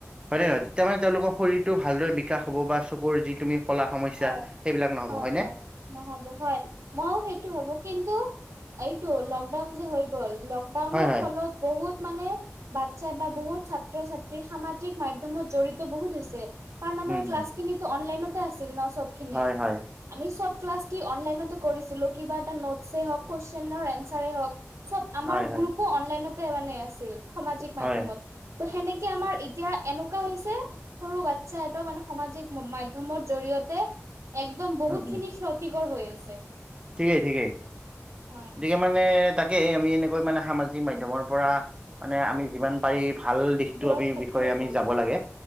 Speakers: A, on the right; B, on the right.
A: হয় নে নহয়? তেতিয়া মানে তেওঁলোকক শৰীৰটো ভালদৰে বিকাশ হ'ব বা চকুৰ যি তুমি কলা সমস্যা
B: হয়
A: সেইবিলাক নহ'ব
B: হয়
A: হয়নে?
B: হয় নহ'ব হয়, মইও সেইটো ভাবো কিন্তু এইটো লকডাউন যে হৈ গ'ল লকডাউনৰ
A: হয় হয়
B: ফলত বহুত মানে বাচ্ছাই বা বহুত ছাত্ৰ-ছাত্ৰী সামাজিক মাধ্যমত জড়িত বহুত হৈছে। কাৰণ আমাৰ
A: উম
B: ক্লাছ
A: উম
B: খিনিতো অনলাইনতে আছিল ন সবখিনি।
A: হয় হয়
B: আমি সব ক্লাছ কি অনলাইনতে কৰিছিলোঁ কিবা এটা নোটছে হওক কুৱেশনৰ এনচাৰে হওক সব আমাৰ
A: হয় হয়
B: গ্ৰুপো অনলাইনতে মানে আছিল সামাজিক মাধ্যমত।
A: হয়
B: ত' সেনেকে আমাৰ এতিয়া এনেকুৱা হৈছে সৰু বাচ্ছা এটা মানে সামাজিক মাধ মাধ্যমৰ জৰিয়তে একদম বহুত
A: উম উম
B: খিনি ক্ষতিকৰ হৈ আছে।
A: ঠিকেই ঠিকেই।
B: হয়
A: <inaudible> মানে তাকে আমি এনেকৈ মানে সামাজিক মাধ্যমৰ পৰা মানে আমি যিমান পাৰি ভাল দিশটো
B: দূৰত
A: আমি
B: থাকিলে
A: বিষয়ে আমি
B: ভাল
A: যাব লাগে